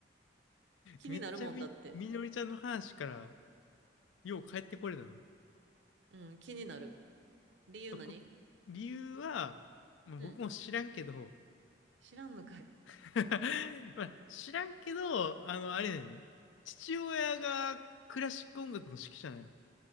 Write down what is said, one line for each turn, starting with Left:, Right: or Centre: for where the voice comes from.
Right: 気になるもんだって。
Left: めっちゃみ、みのりちゃんの話から、よう帰ってこれたな。
Right: うん、気になる。理由何
Left: こ理由は、まあ、
Right: うん。
Left: 僕も知らんけど、
Right: 知らんのかい。
Left: <laughs> まあ、知らんけど、あの、あれだよね。父親がクラシック音楽の指揮者なの。